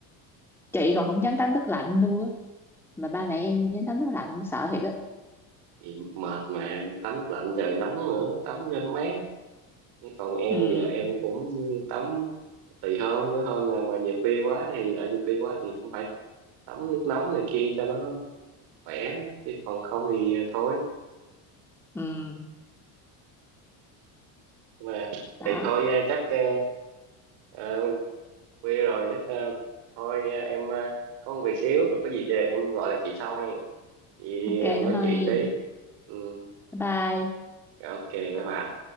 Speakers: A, in the centre; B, on the right.
A: chị còn không dám tắm nước lạnh luôn á mà ba mẹ em dám tắm nước lạnh sợ thiệt á
B: thì mệt mà tắm lạnh rồi nóng nữa tắm cho nó mát còn em
A: ừ
B: giờ em cũng tắm tùy hôm nữa hôm nào mà về khuya quá thì đã về khuya quá thì cũng phải tắm nước nóng này kia cho nó khỏe chứ còn không thì à, thôi
A: ừ
B: nhưng mà
A: đó
B: thì thôi à, chắc à, à, khuya rồi chắc à, thôi à, em à, có một việc xíu rồi có gì thì em gọi lại chị sau hen chị
A: ok
B: em
A: cảm
B: nói
A: ơn
B: chuyện
A: em
B: tí ừ,
A: bye bye
B: ok bye bye